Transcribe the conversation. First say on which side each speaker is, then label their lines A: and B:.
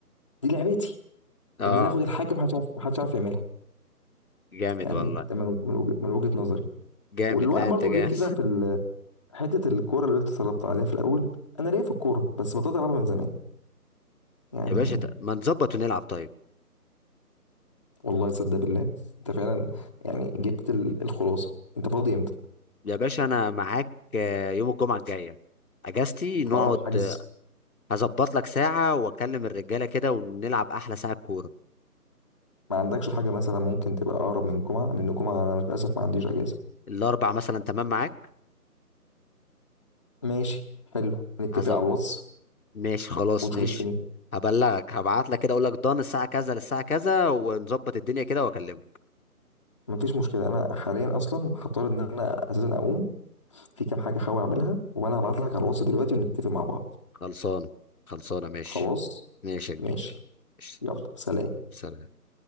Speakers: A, on the left; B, on the left.
A: دي لعبتي
B: اه
A: ان انا اخد الحاجه محدش عارف محدش عارف يعملها
B: جامد
A: يعني
B: والله
A: ده من من وجه- من وجهه نظري
B: جامد
A: والواحد
B: لا
A: برضو
B: انت جامد
A: ليه كده في ال- حته الكوره اللي انت طلبت عليها في الاول انا ليا في الكوره بس بطلت العبها من زمان يعني
B: يا باشا ت- ما نظبط ونلعب طيب
A: والله صدق بالله انت فعلا يعني جبت ال- الخلاصه انت فاضي امتى
B: يا باشا انا معاك آه، يوم الجمعه الجايه اجازتي نقعد
A: اقرب حجز
B: آه، هظبط لك ساعه واكلم الرجاله كده ونلعب احلى ساعه كوره
A: ما عندكش حاجه مثلا ممكن تبقى اقرب من الجمعه لان الجمعه انا للاسف ما عنديش اجازه
B: الاربع مثلا تمام معاك
A: ماشي حلو نتفق
B: هز...
A: على الواتس
B: ماشي خلاص
A: ونشوف
B: ماشي
A: الدنيا
B: هبلغك هبعت لك كده اقول لك ضن الساعه كذا للساعه كذا ونظبط الدنيا كده واكلمك
A: مفيش مشكله انا حاليا اصلا هضطر ان انا اساسا اقوم في كام حاجه هحاول اعملها وانا هبعت لك على الواتس دلوقتي ونتفق مع بعض
B: خلصانه خلصانه ماشي
A: خلاص
B: ماشي يا كبير
A: ماشي
B: ماشي.
A: يلا سلام
B: سلام